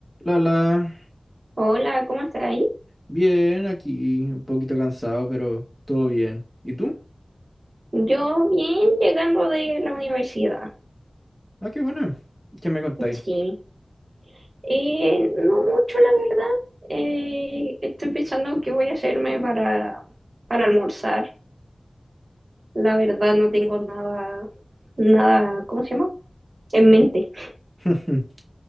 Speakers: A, in the centre; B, on the right (about 65°).
A: Lala,
B: Hola, ¿cómo estás ahí?
A: bien, aquí un poquito cansado, pero todo bien. ¿Y tú?
B: Yo bien llegando de la universidad.
A: Ah, qué bueno. ¿Qué me contáis?
B: Sí, Eh, no mucho la verdad. Eh, estoy pensando qué voy a hacerme para, para almorzar. La verdad no tengo nada, nada, ¿cómo se llama? En mente.
A: <laughs>